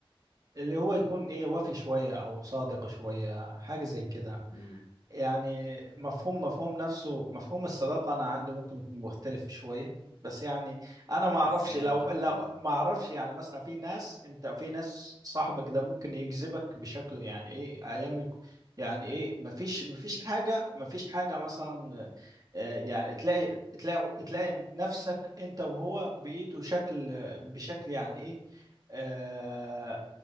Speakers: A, on the right (about 40°); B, on the left (about 70°).
A: اللي هو يكون إيه وفي شوية أو صادق شوية حاجة زي كده
B: امم
A: يعني مفهوم مفهوم نفسه مفهوم الصداقة أنا عندي ممكن يكون مختلف شوية بس يعني أنا ما أعرفش
B: ازاي
A: لو
B: بقى احكي
A: لو
B: لي
A: ما أعرفش يعني مثلا في ناس أنت في ناس صاحبك ده ممكن يجذبك بشكل يعني إيه أيام الك... يعني إيه مفيش مفيش حاجة مفيش حاجة مثلا آه، يعني تلاقي تلاقي تلاقي نفسك أنت وهو بقيتوا شكل بشكل يعني إيه آه،